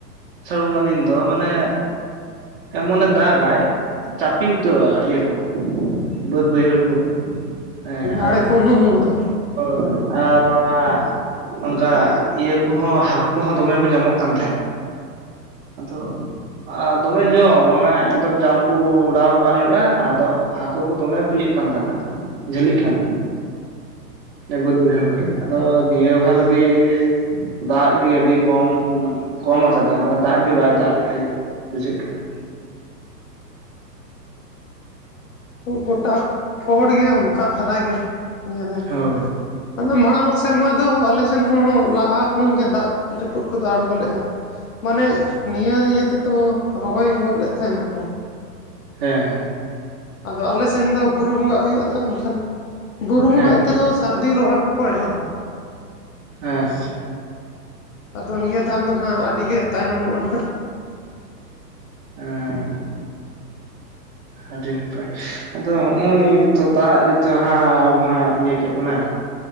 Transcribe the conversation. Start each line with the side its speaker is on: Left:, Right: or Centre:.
Right: ᱟᱥᱟᱲ ᱵᱚᱸᱜᱟ ᱫᱤᱱ ᱫᱚ ᱢᱟᱱᱮ, ᱮᱢᱚᱱᱮ ᱫᱟᱜᱟᱭ ᱪᱟᱯᱮ ᱩᱛᱟᱹᱨᱚᱜᱼᱟ, ᱤᱭᱟᱹ ᱠᱚ ᱵᱟᱹᱫᱽ ᱵᱟᱹᱭᱦᱟᱹᱲ ᱠᱚ ᱦᱮᱸ ᱟᱨ
Left: ᱟᱲᱮ ᱠᱚ ᱩᱱᱩᱢ ᱜᱚᱫᱚ
Right: ᱦᱳᱭ ᱟᱨ ᱚᱱᱟ ᱱᱚᱝᱠᱟ ᱤᱭᱟᱹ ᱠᱚ ᱦᱚᱸ ᱦᱟᱹᱠᱩ ᱠᱚ ᱦᱚᱸ ᱫᱚᱢᱮ ᱠᱚ ᱧᱟᱢᱚᱜ ᱠᱟᱱ ᱛᱟᱦᱮᱸᱱᱟ᱾ ᱟᱫᱚ ᱫᱚᱢᱮ ᱡᱚᱢ ᱚᱱᱮ ᱮᱠᱫᱚᱢ ᱡᱟᱞ ᱠᱩ ᱚᱰᱟᱣ ᱠᱟᱜ ᱦᱩᱭᱩᱜᱼᱟ᱾ ᱟᱫᱚ ᱦᱟᱹᱠᱩ ᱠᱚ ᱫᱚᱢᱮ ᱠᱩ ᱤᱭᱟᱹᱜ ᱠᱟᱱ ᱛᱟᱦᱮᱸᱱᱟ᱾ ᱡᱷᱟᱹᱞᱤᱜ ᱠᱟᱱ ᱛᱟᱦᱮᱸᱱᱟ ᱵᱟᱹᱫ ᱵᱟᱹᱭᱦᱟᱹᱲ ᱠᱚᱨᱮ ᱟᱫᱚ ᱱᱤᱭᱟᱹ ᱵᱟᱨ ᱜᱮ ᱫᱟᱜ ᱜᱮ ᱟᱹᱰᱤ ᱠᱚᱢ ᱠᱚᱢ ᱟᱠᱟᱫᱟᱭ ᱢᱟᱱᱮ ᱫᱟᱜ ᱜᱮ ᱵᱟᱭ ᱫᱟᱜ ᱞᱮᱠᱟᱜ ᱜᱮ ᱵᱩᱡᱷᱟᱹᱜ ᱠᱟᱱᱟ᱾
Left: ᱜᱚᱴᱟ ᱠᱚᱲ ᱜᱮ ᱚᱱᱠᱟ ᱫᱷᱟᱨᱟ ᱜᱮᱭᱟ ᱱᱤᱭᱟᱹ ᱫᱟᱱ
Right: ᱦᱳᱭ
Left: ᱫᱚ ᱟᱫᱚ ᱢᱟᱲᱟᱝ ᱥᱮᱨᱢᱟ ᱫᱚ ᱟᱞᱮ ᱥᱮᱱ ᱦᱚᱸ ᱞᱟᱦᱟ ᱠᱷᱚᱱ ᱜᱮ ᱫᱟᱜ ᱡᱟᱹᱯᱩᱫ ᱠᱚᱫᱚ ᱟᱲᱜᱚ ᱞᱮᱫᱼᱟ᱾ ᱢᱟᱱᱮ ᱱᱤᱭᱟᱹ ᱤᱭᱟᱹ ᱛᱮᱫᱚ ᱨᱚᱦᱚᱭ ᱜᱚᱫ ᱞᱮᱫ ᱛᱟᱦᱮᱱᱟᱠᱚ
Right: ᱦᱮᱸ ᱦᱮᱸ
Left: ᱟᱫᱚ ᱟᱞᱮ ᱥᱮᱱ ᱫᱚ ᱵᱩᱨᱩ ᱵᱚᱸᱜᱟᱜ ᱦᱩᱭᱩᱜᱼᱟ ᱛᱚ ᱮᱱᱠᱷᱟᱱ ᱵᱩᱨᱩ ᱵᱚᱸᱜᱟᱜ
Right: ᱦᱮᱸ
Left: ᱛᱮᱫᱚ ᱥᱟᱹᱨᱫᱤ ᱨᱚᱦᱚᱭ ᱠᱚᱠᱚ ᱮᱦᱚᱵᱟ
Right: ᱟᱪᱪᱷᱟ
Left: ᱟᱫᱚ ᱱᱤᱭᱟᱹ ᱫᱟᱱ ᱫᱚ ᱦᱟᱸᱜ ᱟᱹᱰᱤ ᱜᱮ ᱛᱟᱭᱱᱚᱢᱚᱜᱼᱟ ᱱᱟᱸᱜ
Right: ᱮᱸ ᱟᱹᱰᱤ ᱱᱟᱯᱟᱭ ᱟᱫᱚ ᱦᱚᱜᱼᱚᱭ ᱱᱤᱭᱟᱹ ᱜᱮᱛᱚ ᱫᱟᱜ ᱜᱮᱛᱚ ᱦᱟᱸᱜ ᱟᱵᱚ ᱦᱟᱸᱜ ᱤᱭᱟᱹ ᱠᱮᱫ ᱵᱚᱱᱟᱭ᱾